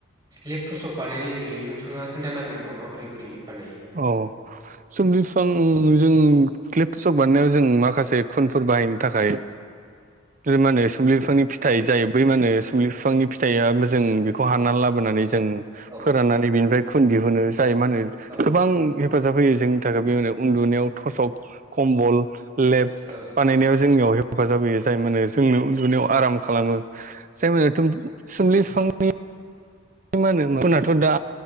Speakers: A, on the right; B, on the right.
A: लेप टसक बानायनाय नुयो। नोंथाङा खोन्थानो हागोन नामा माबोरै बोरै बानायो?
B: औ सोमलि बिफां जों लेपट थसक बानायनायाव जों माखासे खुनफोर बाहायनो थाखाय लि मा होनो सोम्लि बिफांनि फिथाइ जाय बै मा होनो सुम्लि बिफांनि फिथाइआबो जों बि खौ हानना लाबोनानै जों
A: औ
B: फोराननानै बेनिफ्राय खुन दिहुनो जाय मा होनो
A: औ
B: गोबां हेफाजाब होयो जोंनि थाखाय बे <unintelligible> उन्दुनायाव थसक कम्बल लेब
A: ओ
B: बानायनायाव जोंनियाव हे हेफाजाब होयो जाय माने जोंनो उन्दुनायाव आराम खालामो। <unintelligible> सुमलि बिफांनि मा होनो <unintelligible> दा